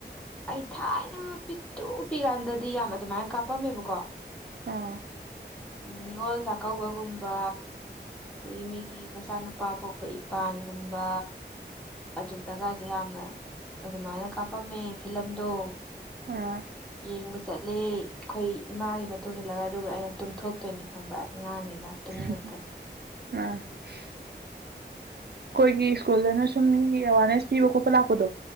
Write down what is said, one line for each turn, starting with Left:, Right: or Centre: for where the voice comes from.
Centre: ꯑꯩ ꯊꯥꯏꯅ ꯄꯤꯛꯇ꯭ꯔꯨ ꯄꯤꯀꯥꯟꯗꯗꯤ ꯌꯥꯝ ꯑꯗꯨꯃꯥꯏꯅ ꯀꯥꯞꯄꯝꯃꯦꯕꯀꯣ
Right: ꯑꯥ
Centre: ꯅꯤꯉꯣꯜ ꯆꯥꯛꯀꯧꯕꯒꯨꯝꯕ ꯑꯗꯒꯤ ꯃꯤꯒꯤ ꯃꯆꯥꯅꯨꯄꯥ ꯄꯣꯛꯄ ꯏꯄꯥꯟꯒꯨꯝꯕ ꯑꯗꯨꯗꯒ ꯌꯥꯝꯅ ꯑꯗꯨꯃꯥꯏꯅ ꯀꯥꯞꯄꯝꯃꯦ ꯐꯤꯂꯝꯗꯣ
Right: ꯑꯥ
Centre: ꯌꯦꯡꯕ ꯆꯠꯂꯦ ꯈꯣꯏ ꯏꯃꯥꯒꯤ ꯃꯇꯨꯡ ꯏꯜꯂꯒ ꯑꯗꯨꯒ ꯑꯩꯅ ꯇꯨꯝꯊꯣꯛꯇꯣꯏꯅꯤ ꯈꯪꯕ꯭ꯔꯥ ꯑꯩ ꯑꯉꯥꯡꯅꯤꯅ꯫
Right: <unintelligible>
Centre: ꯇꯨꯝꯅꯤꯡꯉꯛꯇꯅꯤ
Right: ꯑꯩꯈꯣꯏꯒꯤ ꯁ꯭ꯀꯨꯜꯗꯅ ꯁꯨꯝ ꯃꯤꯒꯤ ꯑꯦꯋꯥꯔꯅꯦꯁ ꯄꯤꯕ ꯈꯣꯠꯄ ꯂꯥꯛꯄꯗꯣ